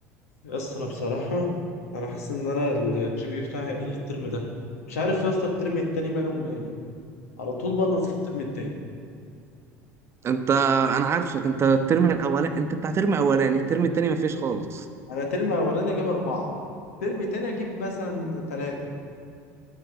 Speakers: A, on the left; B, on the right.
A: يا اسطى انا بصراحة انا حاسس ان انا الجي بي اي بتاعي هيقل الترم ده مش عارف يا اسطى الترم التاني ماله ومالي على طول بنقص في الترم التاني
B: انت انا عارفك انت الترم الاولاني انت بتاع ترم اولاني الترم التاني مفيش خالص
A: انا ترم اولاني اجيب اربعه ترم تاني اجيب مثلا ثلاثه